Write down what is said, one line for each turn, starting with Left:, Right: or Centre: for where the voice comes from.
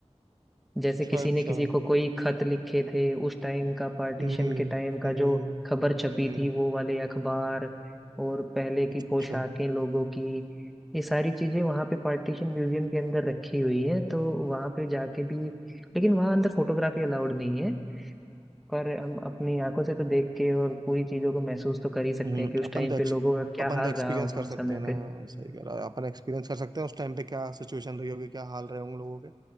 Centre: जैसे
Right: अच्छा
Centre: किसी
Right: अच्छा
Centre: ने किसी को कोई खत लिखे थे उस टाइम का पार्टीशन
Right: हम्म
Centre: के टाइम का
Right: हम्म
Centre: जो खबर छपी
Right: हम्म,
Centre: थी वो वाले अखबार और पहले
Right: अच्छा
Centre: की पोशाकें
Right: अच्छा
Centre: लोगों की ये सारी चीजें वहाँ पे पार्टीशन म्यूजियम के अंदर रखी हुई है तो वहाँ पे जाके भी लेकिन वहाँ अंदर फोटोग्राफी अलाउड नहीं है पर हम अपनी आंखों से तो देख के और पूरी चीजों को महसूस तो कर ही सकते
Right: हम्म
Centre: हैं कि उस
Right: अपन
Centre: टाइम
Right: तो
Centre: पे
Right: ex-
Centre: लोगों का क्या
Right: अपन
Centre: हाल
Right: तो एक्सपीरियंस
Centre: रहा होगा
Right: कर
Centre: उस
Right: सकते
Centre: समय
Right: हैं ना
Centre: पे
Right: सही कह रहा है अपन एक्सपीरियंस कर सकते हैं उस टाइम पे क्या सिचुएशन रही होगी क्या हाल रहे होंगे लोगों के